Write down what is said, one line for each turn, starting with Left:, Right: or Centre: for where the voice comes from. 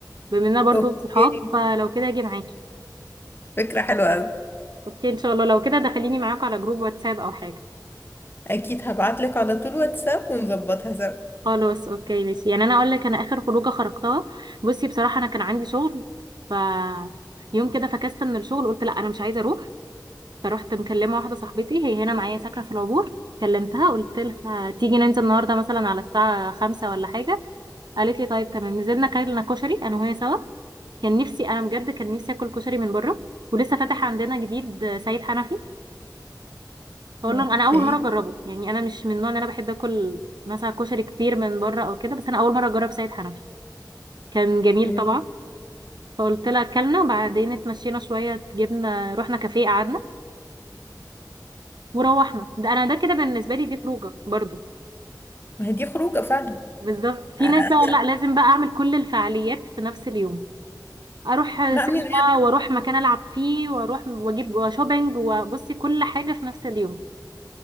Right: بما اننا برضو
Left: اوكي
Right: صحاب فلو كده اجي معاكي
Left: فكرة حلوة أوي
Right: اوكي ان شاء الله لو كده دخليني معاك على جروب واتساب او حاجه
Left: أكيد هبعتلك على طول واتساب ونظبطها سوا
Right: خلاص اوكي ماشي يعني انا اقول لك انا اخر خروجه خرجتها بصي بصراحه انا كان عندي شغل ف يوم كده فكست من الشغل قلت لا انا مش عايزه اروح فروحت مكلمه واحده صاحبتي هي هنا معايا ساكنه في العبور كلمتها قلت لها تيجي ننزل النهارده مثلا على الساعه خمسة ولا حاجه قالت لي طيب تمام نزلنا كلنا كشري انا وهي سوا كان نفسي انا بجد كان نفسي اكل كشري من بره ولسه فاتح عندنا جديد سيد حنفي بقول
Left: اوكي
Right: لهم انا اول مره اجربه يعني انا مش من النوع ان انا بحب اكل مثلا كشري كتير من بره او كده بس انا اول مره اجرب سيد حنفي كان جميل
Left: مم.
Right: طبعا فقلت لها اكلنا وبعدين اتمشينا شويه جبنا رحنا كافيه قعدنا وروحنا ده انا ده كده بالنسبه لي دي خروجه برضو
Left: ما هي دي خروجة فعلا
Right: بالظبط في
Left: أنا...
Right: ناس بقى لا لازم بقى اعمل كل الفعاليات في نفس اليوم اروح
Left: لا
Right: سينما
Left: مين
Right: واروح مكان العب فيه واروح واجيب شوبينج وبصي كل حاجه في نفس اليوم